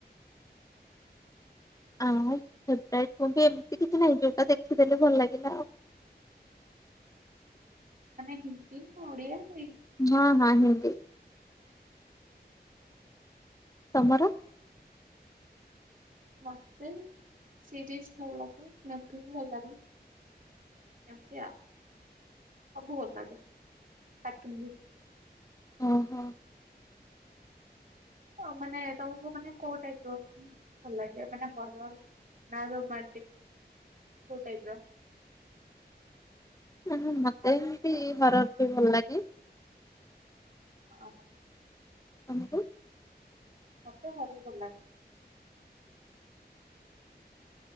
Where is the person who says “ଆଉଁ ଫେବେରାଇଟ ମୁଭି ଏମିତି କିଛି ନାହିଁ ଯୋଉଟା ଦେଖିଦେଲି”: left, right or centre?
Left